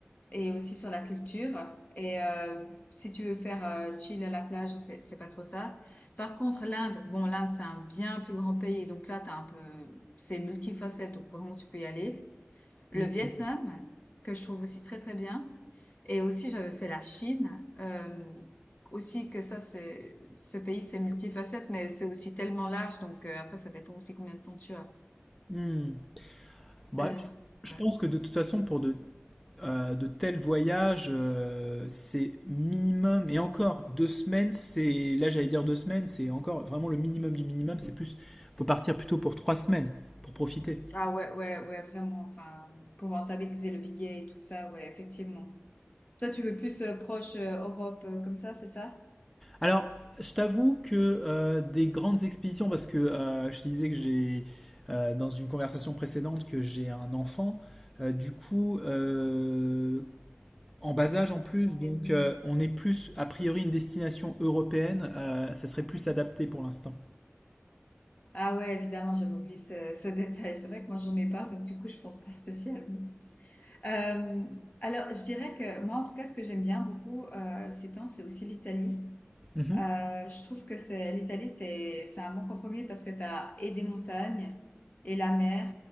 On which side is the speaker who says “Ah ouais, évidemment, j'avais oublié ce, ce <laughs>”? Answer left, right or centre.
Left